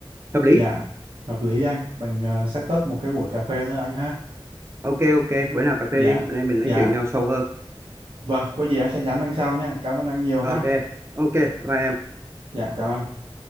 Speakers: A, on the right; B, on the right.
A: hợp lý
B: Dạ, hợp lý anh. Mình ờ, set up một cái buổi cà phê thôi anh ha.
A: ok ok bữa nào cà
B: Dạ,
A: phê đi anh em mình nói
B: dạ.
A: chuyện nhau sâu hơn
B: Vâng, có gì em sẽ nhắn anh sau nha. Cảm ơn anh nhiều ha.
A: ok ok bye em
B: Dạ, chào anh.